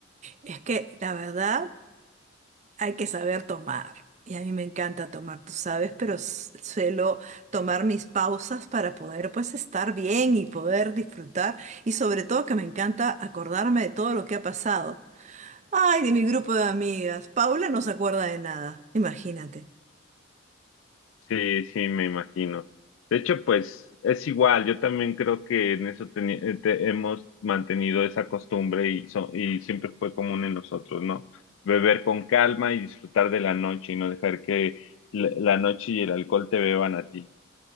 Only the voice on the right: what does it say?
Es que la verdad hay que saber tomar. Y a mí me encanta tomar, tú sabes, pero s- suelo tomar mis pausas para poder pues estar bien y poder disfrutar. Y sobre todo que me encanta acordarme de todo lo que ha pasado. Ay, de mi grupo de amigas. Paula no se acuerda de nada, imagínate.